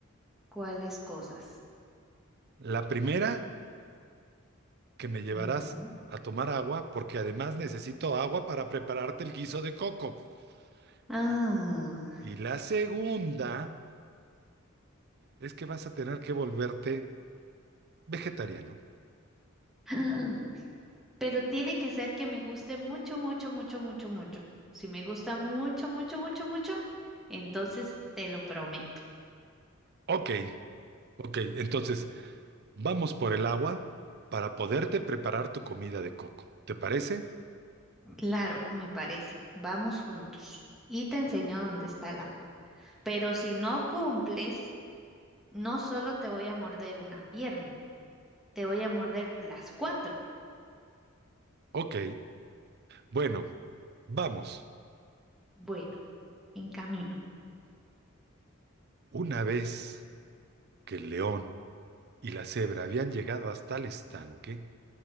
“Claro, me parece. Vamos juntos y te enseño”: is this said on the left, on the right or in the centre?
Centre